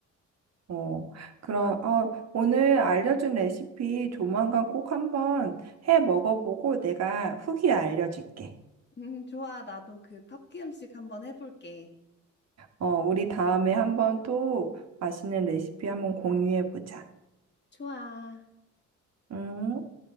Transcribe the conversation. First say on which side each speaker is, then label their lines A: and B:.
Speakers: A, on the right; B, on the left.
A: 어, 그럼, 어, 오늘 알려준 레시피 조만간 꼭 한번 해 먹어보고 내가 후기 알려줄게.
B: 음, 좋아. 나도 그 터키 음식 한번 해볼게.
A: 어, 우리 다음에 한번 또 맛있는 레시피 한번 공유해보자.
B: 좋아.
A: 응?